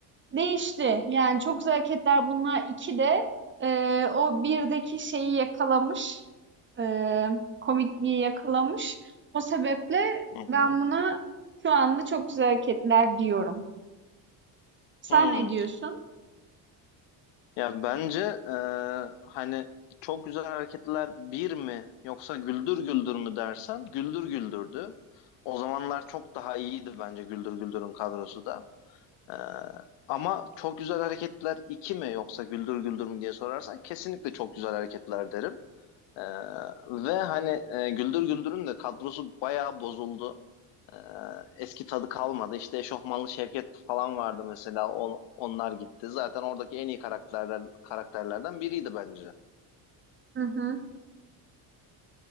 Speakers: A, on the right; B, on the left.
A: değişti. Yani Çok Güzel Hareketler Bunlar 2 de eee, o 1'deki şeyi yakalamış, eee, komikliği yakalamış. O sebeple
B: hı
A: ben
B: hı.
A: buna şu anda Çok Güzel Hareketler diyorum. Sen
B: hı.
A: ne diyorsun?
B: Ya bence e, hani çok güzel hareketler bir mi yoksa güldür güldür mü dersen güldür güldürdü. O zamanlar çok daha iyiydi bence güldür güldürün kadrosu da. E, ama çok güzel hareketler iki mi yoksa güldür güldür mü diye sorarsan kesinlikle çok güzel hareketler derim. E, ve hani e, güldür güldürün de kadrosu bayağı bozuldu. Ee, eski tadı kalmadı. İşte Eşofmanlı Şevket falan vardı mesela. On- onlar gitti. Zaten oradaki en iyi karakterler karakterlerden biriydi bence.
A: Hı hı.